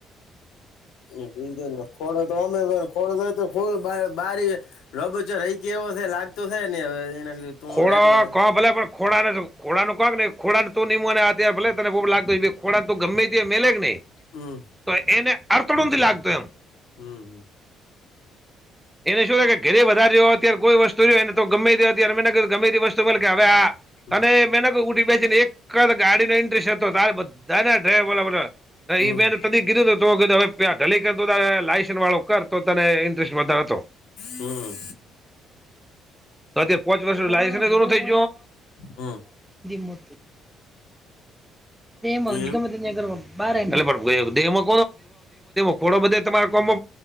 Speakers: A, on the left (about 85°); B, in the centre.
A: એ બીજ ને ખોડો તો અમે ખોડો તો તો ખોડો બારી રબો ચો રહી કેવો છે લાગતો છે ને હવે એના તું
B: ખોડા
A: રેડી હાલ
B: ક ભલે પણ ખોડા ને ખોડાનું કક હી ખોડાને તું નીમુંને તાર ભલે તને બહુ લાગતો ભ ખોડાં તો ગમે ત મેલે જ નઈ
A: હમ
B: તો એને અડથણુંથી લાગતુ એમ
A: હમ હમ
B: એને શું થાય કે ઘરે વધારે જો અત્યારે કોઈ વસ્તુ જો એને તો ગમે હતી અત્યારે મેંને ક ગમેતી વસ્તુ બોલે કે હવે આ
A: હમ
B: તને મેં ના કહ ઉઠી બેસીને એક જ ગાડીનો ઇન્ટરેસ્ટ હતો તારે બધા ના ડ્રાઈવર ઈ
A: હમ
B: બેને ત કીધુંને તો કીધ હ ઢલીક લાયસસ વાળો કર તો તને ઇન્ટરેસ્ટ વધારે હતો
A: હમ
B: તો અત પાંચ વર્ષ લ થઈ
A: હમ
B: ગો એ મનોજ
A: એમ
B: ગ ત કર એટલેેહ કો ખોડો બધ તમારે કોમે